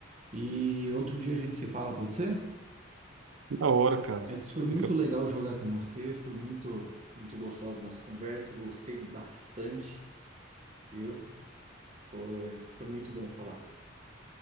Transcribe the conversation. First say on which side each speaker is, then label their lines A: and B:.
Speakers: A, on the right (about 35°); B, on the right (about 80°).
A: E outro dia a gente se fala, pode ser?
B: Da hora, cara.
A: Mas foi muito
B: Fica...
A: legal jogar com você, foi muito, muito gostosa a nossa conversa, gostei bastante, viu? Foi, foi muito bom falar.